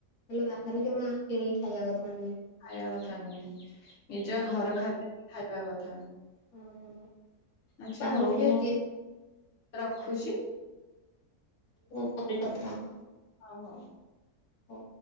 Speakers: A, on the left; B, on the left.
A: ହେଲେ ବାହାରେ ଜମା କିଣିକି ଖାଇବା କଥା। ନୁହେଁ
B: ଖାଇବା କଥା ନୁହେଁ ନିଜ
A: ବାହାରୁ
B: ଘର ଖାଦ୍ୟ ହିଁ ଖାଇବା କଥା।
A: ହଁ
B: ଆଛା
A: ବାହାରୁ
B: ହଉ
A: ବି ଯୋଉ
B: ମୁଁ ରଖୁଛି।
A: ହଉ ପରେ କଥାହେବା।
B: ହଉ ହଉ।
A: ହଉ।